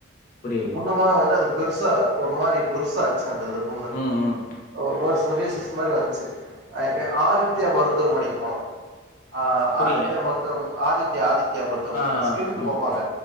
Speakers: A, on the left; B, on the right.
A: புரியுது
B: புண்ணுவ வந்து அது பெருசா ஒரு மாரி பெருசாச்சு அந்தது புண்ணு
A: ம் ம்
B: ஒரு மாரி சொரியாசிஸ் மாரி வந்துச்சு ஆதி மருத்துவமனைக்கு போனோ ஆஹ்
A: புரியல
B: ஆதித்தியா மருத்தவ ஆதித்யா ஆதித் தித்யா மருத்துவமனை
A: ஆ
B: ஸ்கின்னுக்கு
A: ஆமா
B: பாப்பாங்க